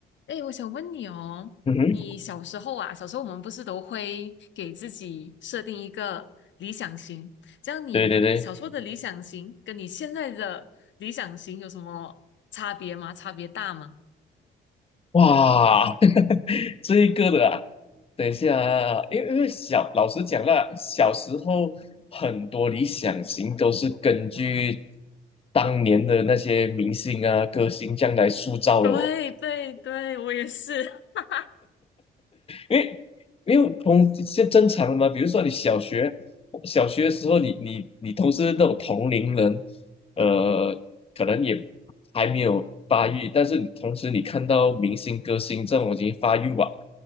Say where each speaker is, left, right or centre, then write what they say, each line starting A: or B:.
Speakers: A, on the left (about 70°); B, on the left (about 30°).
A: 哎，我想问你哦，
B: 嗯哼，
A: 你小时候啊，小时候我们不是都会给自己设定一个理想型，这样你小时候的理想型跟你现在的理想型有什么差别吗？
B: 对对对，
A: 差别大吗？
B: 哇，<laughs> 这一个的啊，等一下啊，因为因为小，老实讲啦，小时候很多理想型都是根据当年的那些明星啊、歌星这样来塑造了哦。
A: 对对对，我也是。<laughs>
B: 因为因为同是正常的嘛，比如说你小学小学的时候你，你你同时那种同龄人，呃，可能也还没有发育，但是你同时你看到明星歌星这种已经发育完